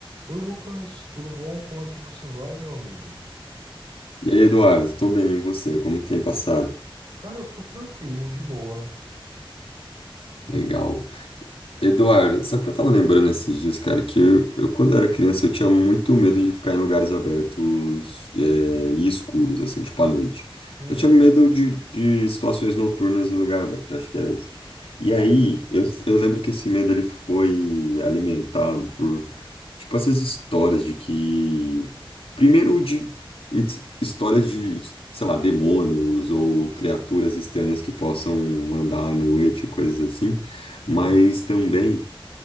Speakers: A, on the right; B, on the left.
A: Oi Lucas, tudo bom? Como é que você vai, meu amigo?
B: E aí, Eduardo, tô bem, e você? Como tem passado?
A: Cara, eu tô tranquilo, de boa, de
B: Legal.
A: boa.
B: Eduardo, sabe o que eu tava lembrando esses dias, cara? Que eu, eu, quando eu era criança, eu tinha muito medo de ficar em lugares abertos, é, e escuros, assim, tipo à noite.
A: Uhum,
B: Eu tinha medo de, de situações noturnas em lugar aberto, acho que era isso. E aí, eu, eu lembro que esse medo, ele foi alimentado por, tipo, essas histórias de que... Primeiro, de histórias de, sei lá, demônios ou criaturas estranhas que possam andar à noite, coisas assim.
A: uhum,
B: Mas também